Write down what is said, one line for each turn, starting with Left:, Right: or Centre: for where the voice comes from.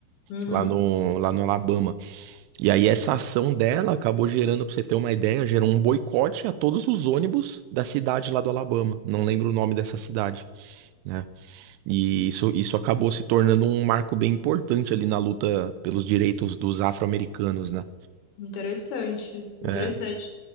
Left: Uhum.
Right: Lá no, lá no Alabama. E aí essa ação dela acabou gerando, pra você ter uma ideia, gerou um boicote a todos os ônibus da cidade lá do Alabama. Não lembro o nome dessa cidade, né? E isso, isso acabou se tornando um marco bem importante ali na luta pelos direitos dos afro-americanos, né?
Left: Interessante, interessante.
Right: É,